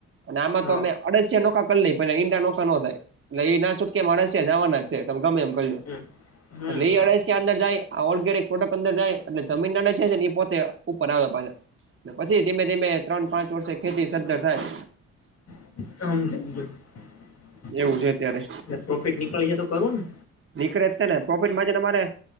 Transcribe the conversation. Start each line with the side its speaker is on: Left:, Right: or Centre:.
Right: અને આમાં
Left: હા
Right: તો અમે અડશિયા ડોકા કર લઈ ઈંડા નોખા નો થાય એટલે એ ના છૂટકમાં અડશિયા જવાના જ છે તમે ગમે એમ એટલે
Left: હમ હમ
Right: એ
Left: હમ
Right: અડસિયા અંદર જાય ઓર્ગેનિક પ્રોડક્ટ અંદર જાય એટલે જમીનના અળસિયા છે એ પોતે ઉપર આવે પાહા પછી ધીમે ધીમે ત્રણ પાંચ વર્ષે ખેતી સદ્ધર થાય.
Left: <unintelligible>
Right: એવું છે અત્યારે
Left: એટલે પ્રોફિટ નીકળીએ તો કરું ને
Right: નીકળે જ છે ને પ્રફિટ માં છે ને મારે